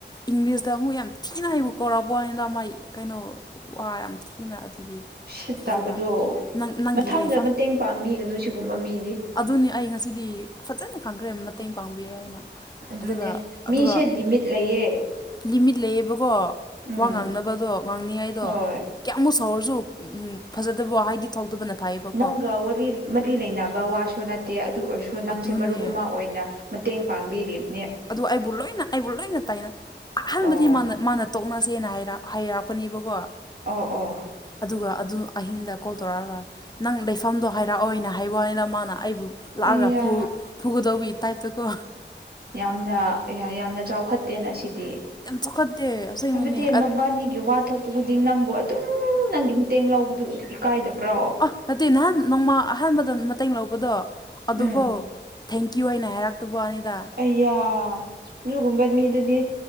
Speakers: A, on the left; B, on the right.
A: ꯏꯪꯂꯤꯁꯇ ꯑꯃꯨꯛ ꯌꯥꯝ ꯊꯤꯅ ꯍꯩꯕꯨ ꯀꯧꯔꯛꯑꯕ ꯍꯥꯏꯗ ꯃꯥꯏ ꯀꯩꯅꯣ ꯋꯥ ꯌꯥꯝ ꯊꯤꯅ ꯑꯗꯨꯒꯤ
B: ꯎ ꯁꯤꯠ ꯇꯥꯕꯗꯣ
A: ꯑꯗꯨꯒ ꯅꯪ ꯅꯪꯒꯤ
B: ꯃꯊꯪꯗ
A: ꯂꯩꯐꯝ
B: ꯃꯇꯦꯡ ꯄꯥꯡꯕꯤꯒꯅꯨ ꯁꯤꯒꯨꯝꯕ ꯃꯤꯗꯤ
A: ꯑꯗꯨꯅꯤ ꯑꯩ ꯉꯁꯤꯗꯤ ꯐꯖꯅ ꯈꯪꯈ꯭ꯔꯦ ꯃꯇꯦꯡ ꯄꯥꯡꯕꯤꯔꯣꯏ ꯍꯥꯏꯅ
B: ꯑꯗꯨꯅꯦ
A: ꯑꯗꯨꯒ
B: ꯃꯤꯁꯦ
A: ꯑꯗꯨꯒ
B: ꯂꯤꯃꯤꯠ ꯂꯩꯌꯦ
A: ꯂꯤꯃꯤꯠ ꯂꯩꯌꯦꯕꯀꯣ
B: ꯎꯝ
A: ꯋꯥ ꯉꯥꯡꯅꯕꯗꯣ ꯉꯥꯡꯅꯤꯉꯥꯏꯗꯣ
B: ꯍꯣꯏ
A: ꯀꯌꯥꯃꯨꯛ ꯁꯧꯔꯁꯨ ꯐꯖꯗꯕ ꯍꯥꯏꯗꯤ ꯊꯣꯛꯇꯕꯅ ꯐꯩꯌꯦꯕ
B: ꯅꯪꯒꯥ ꯑꯣꯏꯜ ꯃꯔꯤ ꯂꯩꯅꯕ ꯋꯥꯁꯨ ꯅꯠꯇꯦ ꯑꯗꯨ ꯑꯣꯏꯔꯁꯨ ꯅꯪꯁꯦ
A: ꯑꯗꯨꯅꯦ
B: ꯃꯔꯨꯞ ꯑꯃ ꯑꯣꯏꯅ ꯃꯇꯦꯡ ꯄꯥꯡꯕꯤꯔꯤꯕ
A: ꯑꯗꯨ ꯑꯩꯕꯨ ꯂꯣꯏꯅ ꯑꯩꯕꯨ ꯂꯣꯏꯅ ꯇꯥꯏꯅ ꯑꯍꯥꯟꯕꯗꯤ
B: ꯑꯣ
A: ꯃꯥ ꯃꯥꯅ ꯇꯣꯛꯅꯁꯦꯅ ꯍꯔꯛꯄꯅꯦꯕꯀꯣ
B: ꯑꯣ ꯑꯣ
A: ꯑꯗꯨꯒ ꯑꯗꯨ ꯑꯍꯤꯡꯗ ꯀꯣꯜ ꯇꯧꯔꯛꯑꯒ ꯅꯪ ꯂꯩꯐꯝꯗꯣ ꯍꯥꯏꯔꯛꯑꯣꯏꯅ ꯍꯥꯏꯕ ꯋꯥꯅꯤꯅ ꯃꯥꯅ ꯑꯩꯕꯨ ꯂꯥꯛꯂꯒꯨ
B: ꯑꯩꯌꯥ
A: ꯐꯨꯒꯗꯧꯕ ꯇꯥꯏꯞꯇꯀꯣ
B: ꯌꯥꯝꯅ ꯌꯥꯝꯅ ꯆꯥꯎꯈꯠꯇꯦꯅ ꯁꯤꯗꯤ
A: ꯌꯥꯝ ꯆꯥꯎꯈꯠꯇꯦ ꯑꯁꯦꯡꯕꯅꯤ
B: ꯍꯥꯏꯕꯗꯤ ꯃꯕꯥꯅꯤꯒꯤ ꯋꯥ ꯊꯣꯛ ꯨꯗꯤꯡ ꯅꯪꯕꯨ ꯑꯗꯨꯝ ꯅꯪꯒꯤ ꯃꯇꯦꯡ ꯂꯧꯕꯗꯨ ꯏꯀꯥꯏꯗꯕ꯭ꯔꯣ
A: ꯑ ꯅꯇꯤ ꯅꯍꯥꯟ ꯅꯣꯡꯃ ꯑꯍꯥꯟꯕꯗ ꯃꯇꯦꯡ ꯂꯧꯕꯗꯣ ꯑꯗꯨꯐꯥꯎ
B: ꯎꯝ
A: ꯊꯦꯡꯀ꯭ꯌꯨ ꯑꯣꯏꯅ ꯍꯥꯏꯔꯛꯇꯕ ꯑꯅꯤꯗ
B: ꯑꯩꯌꯥ ꯑꯗꯨꯒꯨꯝꯕ ꯃꯤꯗꯨꯗꯤ